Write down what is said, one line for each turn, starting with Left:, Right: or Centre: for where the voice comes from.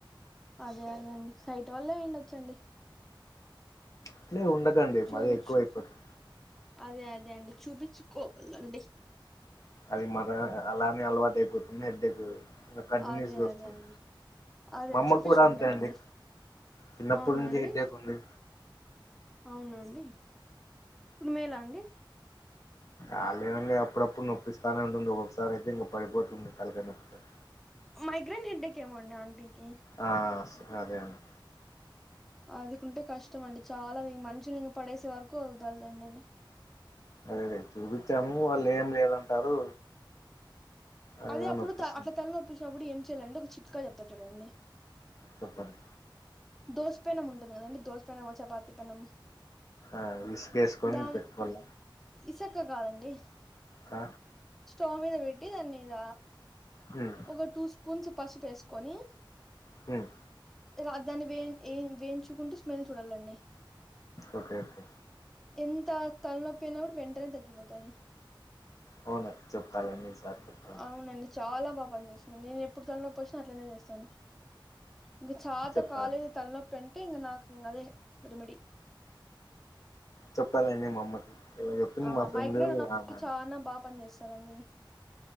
Centre: అదే అదే అండి సైట్ వల్ల అయి ఉండొచ్చండి
Left: అట్లా ఉండకండి
Centre: చూపించు
Left: మరీ ఎక్కువైపోతుంది
Centre: అదే అదే అండి చూపించుకోవలండి
Left: అది మర అలానే అలవాటు అయిపోతుంది హెడ్ ఎక్ కంటిన్యూస్
Centre: అదే
Left: గా వస్తుంది
Centre: అదే అండి అదే
Left: మా అమ్మ
Centre: చూపించుకుంటానండి
Left: కూడా అంతే అండి చిన్నప్పుటి
Centre: అవునండి
Left: నుంచే హెడ్ ఎక్ ఉంది
Centre: అవునండి ఇప్పుడు మేలాండి
Left: ఆ లేదు అండి అప్పుడప్పుడు నొప్పిస్తానే ఉంటుంది ఒక్కొక్క సారి అయితే ఇంకా పడిపోతుంది తలకాయ నొప్పి అని
Centre: మైగ్రైన్ హెడ్ ఎక్ ఎమో అండి అంటీకి
Left: ఆ స అదే అండి
Centre: అదికుంటే కష్టంమండి చాలా మనషులన్ని ఇంక పడేసే వరకు వదలదండి అది
Left: అదే అదే చూపించాము వాళ్ళు ఏం లేదంటారు అయినా
Centre: అదే అప్పుడు
Left: నొప్పిస్తుంది
Centre: త అట్లా తల నోప్పించినప్పుడు ఏం చేయాలండి ఒక చిట్ కా చెప్తా చూడండి
Left: చెప్పండి.
Centre: దోస పెనం ఉంటది కదండి దోస్ పెనం ఒక చపాతి పెనం
Left: ఆ ఇసుకేసుకొని
Centre: దాన్
Left: పెట్టుకోల
Centre: ఇసక కాదండి
Left: హ
Centre: స్టోవ్ మీద పెట్టి దాన్ని ఇగ
Left: హుమ్
Centre: ఒక టూ స్పూన్స్ పసుపు ఎసుకొని.
Left: హమ్
Centre: రాద్దాని వె ఏ వేయించుకుంటూ స్మెల్ చూడలండి
Left: ఓకే ఓకే.
Centre: ఎంత తలనొప్పి అయినా కూడా వెంటనే తగ్గిపోతది
Left: ఆవునా చెపుతాలే అండి ఈసారి వచ్చినప్పుడు
Centre: అవునండి చాలా బాగా పనిచేస్తుంది నేను ఎప్పుడు తల నొప్పి వచ్చినా అట్లనే చేస్తాను. ఇంగా చాత
Left: చెప్తాను
Centre: కాలేదు తల్ల నొప్పి అంటే ఇంక నాకు అదే రేమిడి.
Left: చెప్పాతాలేండి మా అమ్మకి ఇలా చెప్పింది
Centre: ఆ
Left: మా ఫ్రెండ్
Centre: మైగ్రేన్ నొప్పికి
Left: ఆమె
Centre: చానా బాగా పని చేస్తాదండి